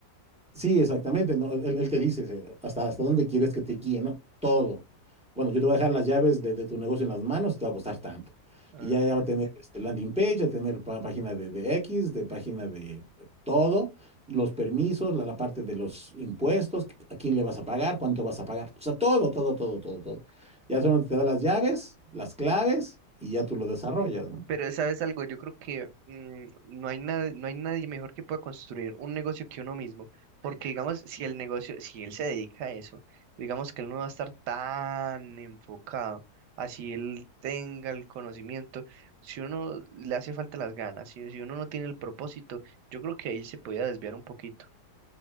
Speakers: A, in the centre; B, on the right (about 85°).
A: Sí, exactamente, ¿no? Él, él te dice se- hasta, hasta dónde quieres que te guíe, ¿no? Todo. Bueno, yo te voy a dejar las llaves de, de tu negocio en las manos y te va a costar tanto.
B: Ah,
A: Y ya, ya va a tener este, landing page, va a tener pa- página de, de X, de página de todo, los permisos, la, la parte de los impuestos, a quién le vas a pagar, cuánto vas a pagar. O sea, todo, todo, todo, todo, todo. Ya solo te da las llaves, las claves y ya tú lo desarrollas, ¿no?
B: Pero sabes algo, yo creo que mm, no hay nada, no hay nadie mejor que pueda construir un negocio que uno mismo, porque digamos, si el negocio, si él se dedica a eso, digamos que él no va a estar tan enfocado, así él tenga el conocimiento, si uno le hace falta las ganas, si, si uno no tiene el propósito, yo creo que ahí se podía desviar un poquito.